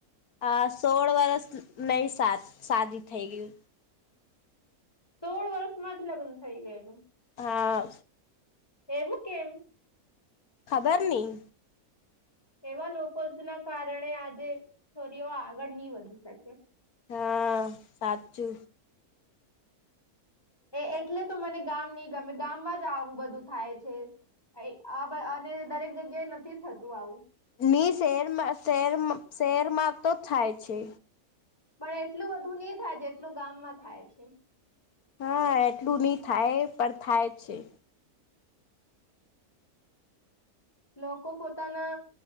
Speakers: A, on the left (about 75°); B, on the left (about 15°).
A: અ સોળ, વર્ષ મે શાદી થઈ ગયુ
B: સોળ વર્ષમાં જ લગ્ન થઈ ગયેલુ
A: હા
B: એવુ, કેમ
A: ખબર નઈ
B: એવા લોકો જ ના કારણે, આજે છોરીઓ આગળ નહી વધી શકે
A: હા સાચુ
B: એ એટલે તો મને ગામ નહ ગમે ગામમાં જ આવું બધું થાય છે. આ અને દરેક જગ્યાએ નથી. થતું આવુ
A: ની શેરમાં શેર શેરમાં તો થાય છે.
B: પણ એટલ બધુ નહી, થાય જેટલું ગામમાં થાય છે.
A: હા એટલું નહી, થાય પણ થાય છે.
B: લોકો પોતાના